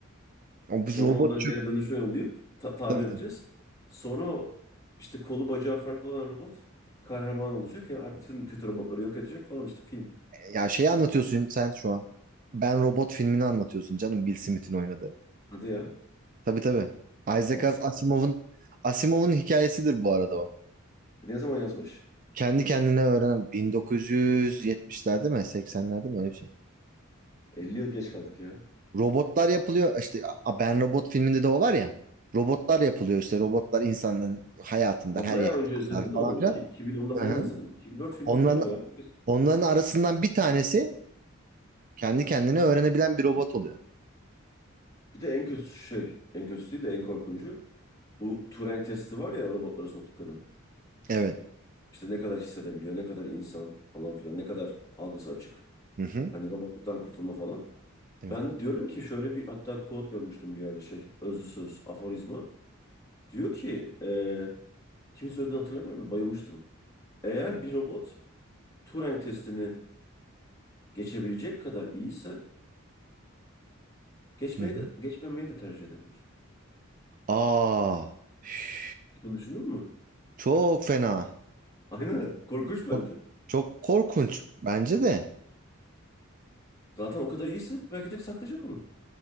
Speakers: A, on the right (about 40°); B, on the left (about 15°).
A: O
B: Sonra
A: bu robot
B: onları
A: çöp.
B: geri dönüşüme yollayıp ta- tamir
A: Tabii
B: edeceğiz.
A: tabii.
B: Sonra o işte kolu bacağı farklı olan robot kahraman olacak ya bütün kötü robotları yok edecek falan işte film.
A: Ya şeyi anlatıyorsun sen şu an. Ben Robot filmini anlatıyorsun canım. Bill Smith'in oynadığı.
B: Hadi ya.
A: Tabii tabii. Isaac
B: Ya
A: As-
B: işte.
A: Asimov'un Asimov'un hikayesidir bu arada o.
B: Ne zaman yazmış?
A: Kendi kendine öğrenen 1970'lerde mi 80'lerde mi öyle bir şey.
B: 50 yıl geç kaldık ya.
A: Robotlar yapılıyor. İşte A- Ben Robot filminde de o var ya. Robotlar yapılıyor işte. Robotlar insanların hayatında
B: Ben
A: her
B: bayağı
A: yerde
B: önce izledim
A: varlar
B: de
A: falan
B: onu.
A: filan.
B: İki- 2010'da
A: Hı
B: falan
A: hı.
B: izledim. 2004 film
A: Onların
B: falan o ya. Çok eski.
A: onların arasından bir tanesi kendi kendine öğrenebilen bir robot oluyor.
B: Bir de en kötü şey, en kötüsü değil de en korkuncu. Bu Turing testi var ya robotlara soktukları.
A: Evet.
B: İşte ne kadar hissedebiliyor, ne kadar insan falan filan, ne kadar algısı açık.
A: Hı hı.
B: Hani robotluktan kurtulma falan.
A: Evet.
B: Ben diyorum ki şöyle bir hatta quote görmüştüm bir yerde şey, özlü söz, aforizma. Diyor ki, e, kim söylediğini hatırlamıyorum da bayılmıştım. Eğer bir robot Turing testini geçebilecek kadar iyiyse Geçmeyi
A: Hı hı.
B: de geçmemeyi de tercih edebilir.
A: Aa. üf.
B: Hiç bunu düşündün mü?
A: Çok fena.
B: Aynen. Korkunç bence.
A: Çok, çok korkunç bence de.
B: Zaten o kadar iyiyse belki de saklayacak onu.